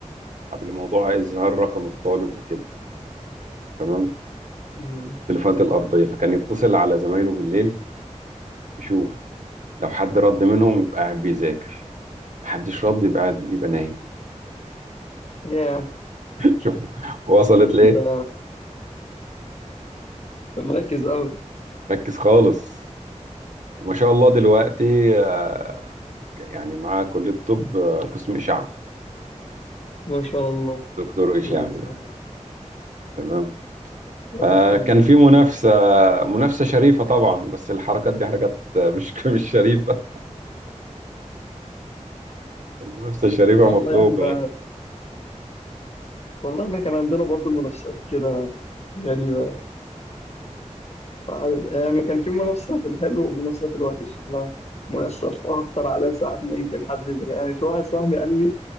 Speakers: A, on the right; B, on the left.
A: قبل موضوع إظهار رقم الطالب وكده تمام
B: مم.
A: التليفونات الأرضية فكان يتصل على زمايله بالليل يشوف لو حد رد منهم يبقى قاعد بيذاكر محدش رد يبقى قاعد يبقى نايم
B: ياه
A: <laughs> شوف وصلت ليه
B: ده ده مركز قوي
A: ركز خالص وما شاء الله دلوقتي آه، يعني معاه كلية طب آه، قسم إشعة
B: ما شاء الله
A: دكتور إشعة
B: الله يسلمك
A: دلوقتي تمام
B: كويس
A: فكان
B: والله
A: في منافسة منافسة شريفة طبعا بس الحركات دي حركات مش <laughs> مش شريفة المنافسة شريفة
B: لا
A: مطلوبة
B: والله احنا
A: يعني
B: والله احنا كان عندنا برضو منافسات كده غريبة يعني فعل- يعني كان في منافسة في الحلو ومنافسة في الوحش لا منافسة في أكتر عدد ساعات ممكن حد يعني في واحد صاحبي قال لي